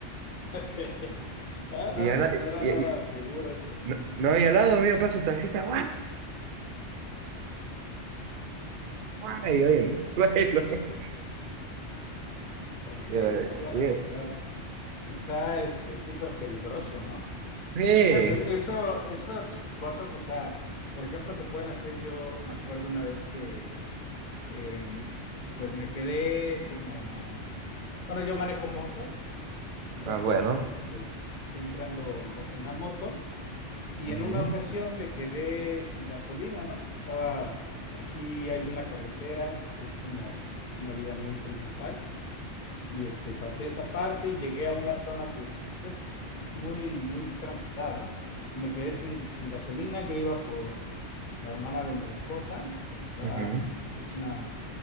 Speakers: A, on the left; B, on the right.
A: Ok. Ah, no,
B: Y, al, la-
A: no era
B: y,
A: nada
B: y-
A: seguro eso.
B: no, no, y al lado mío pasa un taxista, ¡guau! guau", Y yo en el suelo. <laughs>
A: Ok,
B: Y yo,
A: no, bueno,
B: "Yeah,
A: está, está este, súper peligroso, ¿no?
B: yeah".
A: Fíjate, eso, esas cosas, o sea, por ejemplo, se pueden hacer, yo me acuerdo una vez que, em, pues me quedé como, bueno, yo manejo moto, Entonces,
B: Ah, bueno.
A: este, siempre ando en la moto y
B: Ujú,
A: en una ocasión me quedé sin gasolina, ¿no? Estaba aquí, hay una carretera que es como pues, una vía muy principal y este, pasé esa parte y llegué a una zona que pues, es muy, muy transitada, ¿no? Y me quedé sin, sin gasolina, yo iba por la hermana de mi esposa, porque estaba,
B: ujú.
A: es una